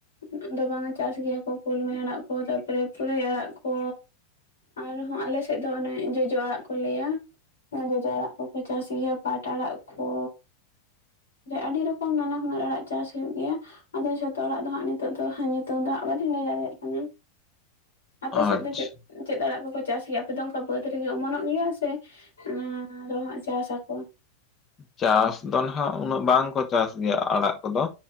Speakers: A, on the left (about 70°); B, on the left (about 25°).
A: ᱩᱸ, ᱫᱚ ᱵᱟᱝᱟ ᱪᱟᱥ ᱜᱮᱹᱭᱟ ᱠᱚ, ᱠᱩᱞᱢᱤ ᱟᱲᱟᱜ ᱠᱚ ᱛᱟᱨᱯᱚᱨᱮ ᱯᱩᱨᱟᱹᱭ ᱟᱲᱟᱜ ᱠᱚ᱾ ᱟᱨᱦᱚᱸ ᱟᱞᱮᱥᱮᱫ ᱫᱚ ᱚᱱᱮ ᱡᱚᱡᱚ ᱟᱲᱟᱜ ᱠᱚ ᱞᱟᱹᱭᱟ, ᱚᱶᱟ ᱡᱚᱡᱚ ᱟᱲᱟᱜ ᱠᱚ᱾ <inaudible> ᱪᱟᱥ ᱜᱮᱭᱟ ᱯᱟᱴ ᱟᱲᱟᱜ ᱠᱷᱚ, ᱡᱮ, ᱟᱰᱤ ᱨᱚᱠᱚᱢ ᱱᱟᱱᱟ-ᱦᱩᱱᱟᱹᱨ ᱟᱲᱟᱜ ᱪᱟᱥ ᱦᱩᱭᱩᱜ ᱜᱮᱹᱭᱟ᱾ ᱟᱫᱚ ᱡᱷᱚᱛᱚ ᱦᱚᱲᱟᱜ ᱫᱚ ᱦᱟᱸᱜ ᱱᱤᱛᱚᱜ ᱫᱚ ᱧᱩᱛᱩᱢ ᱫᱚ ᱦᱟᱸᱜ ᱵᱟᱹᱞᱤᱧ ᱞᱟᱹᱭ ᱫᱟᱲᱮᱭᱟᱜ ᱠᱟᱱᱟ᱾ ᱟᱯᱮ
B: ᱟᱪᱪᱷᱟ
A: ᱥᱮᱫ ᱫᱚ ᱪᱮᱫ, ᱪᱮᱫ ᱟᱲᱟᱜ ᱠᱚᱠᱚ ᱪᱟᱥ ᱜᱮᱭᱟ? ᱟᱯᱮ ᱫᱚ ᱚᱱᱠᱟ ᱵᱟᱹᱫᱽ ᱨᱮᱜᱮ ᱚᱢᱚᱱᱚᱜ ᱜᱮᱭᱟ ᱥᱮ? ᱟᱸ, ᱟᱨᱚ ᱦᱟᱸᱜ ᱪᱟᱥ ᱟᱠᱚᱣᱟ,
B: ᱪᱟᱥ ᱫᱚ ᱱᱟᱦᱟᱜ ᱩᱱᱟᱹᱜ ᱵᱟᱝᱠᱚ ᱪᱟᱥ ᱜᱮᱹᱭᱟ ᱟᱲᱟᱜ ᱠᱚᱫᱚ,